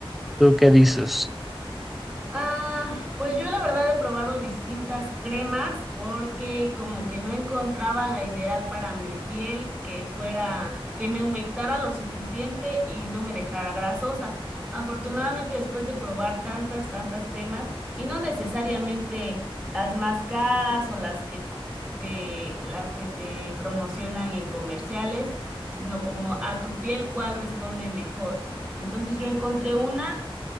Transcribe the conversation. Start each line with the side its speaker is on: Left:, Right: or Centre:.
Centre: tú qué dices?
Right: Ah, pues yo la verdad he probado distintas cremas porque como que no encontraba la ideal para mi piel que fuera, que me humectara lo suficiente y no me dejara grasosa. Afortunadamente después de probar tantas, tantas cremas y no necesariamente las más caras o las que te, las que te promocionan en comerciales, sino como a tu piel cuál responde mejor. Entonces yo encontré una